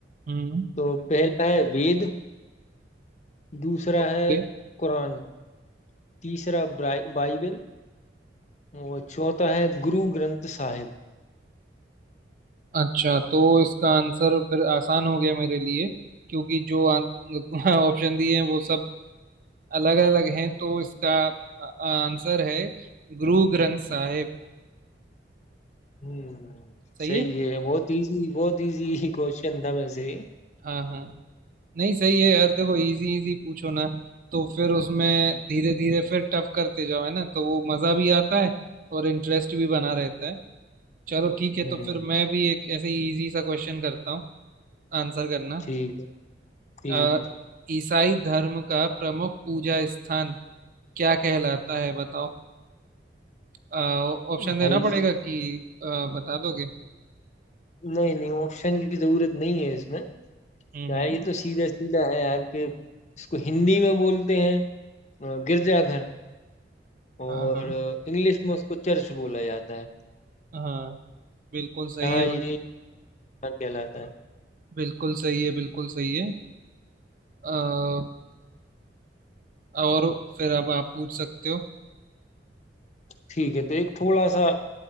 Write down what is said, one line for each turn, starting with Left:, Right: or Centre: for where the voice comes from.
Right: हम्म
Left: तो पहला है वेद दूसरा
Right: ओके।
Left: है कुरान तीसरा ब्राइ- बाइबल और चौथा है गुरु ग्रंथ साहिब
Right: अच्छा तो इसका आंसर फिर आसान हो गया मेरे लिए क्योंकि जो ऑप्शन <laughs> दिए हैं वो सब अलग अलग हैं तो इसका आंसर है गुरु ग्रंथ साहिब
Left: हम्म
Right: सही
Left: सही
Right: है
Left: है बहुत इजी बहुत इजी क्वेश्चन था वैसे
Right: हाँ हाँ नहीं सही है यार देखो इजी इजी पूछो ना तो फिर उसमें धीरे धीरे फिर टफ करते जाओ है ना तो वो मज़ा भी आता है और इंटरेस्ट भी बना रहता है चलो ठीक है
Left: हम्म
Right: तो फिर मैं भी एक ऐसे इजी सा क्वेश्चन करता हूँ आंसर करना
Left: ठीक है ठीक
Right: अ,
Left: है
Right: ईसाई धर्म का प्रमुख पूजा स्थान क्या कहलाता है बताओ अ, ऑप्शन देना
Left: भाई
Right: पड़ेगा कि अ, बता दोगे
Left: नहीं नहीं ऑप्शन की जरूरत नहीं है इसमें क्या
Right: हम्म हम्म
Left: है ये तो सीधा सीधा है यार कि इसको हिंदी में बोलते हैं अ, गिरजाघर और
Right: हाँ हाँ
Left: इंग्लिश में उसको चर्च बोला जाता है
Right: हाँ बिल्कुल सही
Left: हाँ
Right: है भाई
Left: ये ध्यान कहलाता है
Right: बिल्कुल सही है बिल्कुल सही है अ, और फिर अब आप पूछ सकते हो
Left: ठीक है तो एक थोड़ा सा